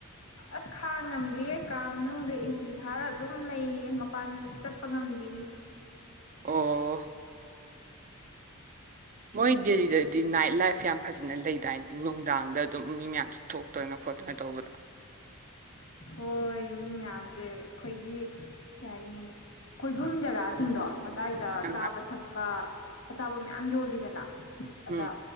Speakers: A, on the left; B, on the right.
A: ꯑꯁ ꯈꯥꯡ ꯉꯝꯗꯦ ꯀꯥ ꯃꯅꯨꯡꯗ ꯑꯦꯁꯤ ꯊꯥꯔ ꯑꯗꯨꯝ ꯂꯩꯌꯦ ꯃꯄꯥꯟ ꯆꯠꯄ ꯉꯝꯗꯦ
B: ꯑꯣ ꯃꯣꯏ ꯗꯦꯜꯂꯤꯗꯗꯤ ꯅꯥꯏꯠ ꯂꯥꯏꯐ ꯌꯥꯝ ꯐꯖꯅ ꯂꯩꯗꯥꯏꯅꯤ ꯅꯨꯡꯗꯥꯡꯗ ꯑꯗꯨꯝ ꯃꯤ ꯃꯌꯥꯝꯁꯦ ꯊꯣꯛꯇꯅ ꯈꯣꯠꯇꯅ ꯇꯧꯕꯗꯣ
A: ꯍꯣꯏ ꯃꯤ ꯃꯌꯥꯝꯁꯦ ꯑꯩꯈꯣꯏꯒꯤ ꯀꯩ ꯍꯥꯏꯅꯤ ꯀꯣꯏꯐꯝ ꯖꯒꯥꯁꯤꯡꯗꯣ ꯑꯗꯥꯏꯗ
B: ꯑ
A: ꯆꯥꯕ ꯊꯛꯄ ꯑꯆꯥꯕ ꯃꯌꯥꯝ ꯌꯣꯜꯂꯤꯗꯅ
B: ꯎꯝ
A: ꯑꯗ